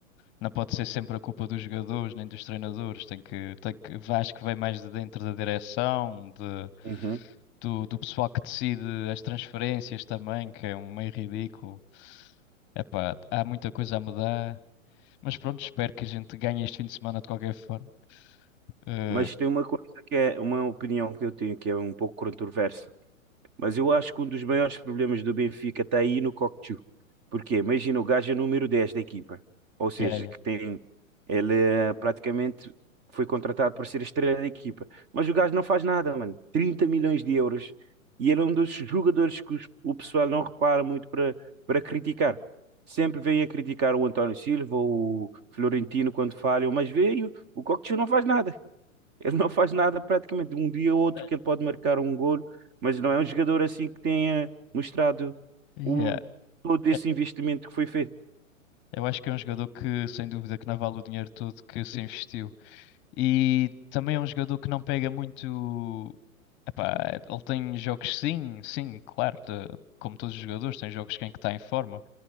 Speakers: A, on the left; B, on the right.
A: Não pode ser sempre a culpa dos jogadores nem dos treinadores. Tem que, tem que, acho que vem mais de dentro da direção, de,
B: Uhum.
A: do, do pessoal que decide as transferências também, que é um meio ridículo. Epá, há muita coisa a mudar. Mas pronto, espero que a gente ganhe este fim de semana de qualquer forma. Eh,
B: Mas tem uma coisa que é uma opinião que eu tenho que é um pouco controversa. Mas eu acho que um dos maiores problemas do Benfica está aí no Cocchio. Porque imagina, o gajo é número 10 da equipa. Ou seja,
A: yeah, yeah.
B: que tem. Ele eh, praticamente foi contratado para ser a estrela da equipa. Mas o gajo não faz nada, mano. trinta milhões de euros. E ele é um dos jogadores que os- o pessoal não repara muito para para criticar. Sempre vem a criticar o António Silva, o Florentino quando falham, mas veio, o Cocchio não faz nada. Ele não faz nada praticamente. Um dia ou outro
A: Eh,
B: que ele pode marcar um golo, mas não é um jogador assim que tenha mostrado
A: yeah.
B: o, todo esse
A: Eh,
B: investimento que foi feito.
A: Eu acho que é um jogador que, sem dúvida, que não vale o dinheiro todo que se investiu. E também é um jogador que não pega muito. Epá, ele tem jogos, sim, sim, claro, tá- como todos os jogadores, tem jogos que é em que está em forma,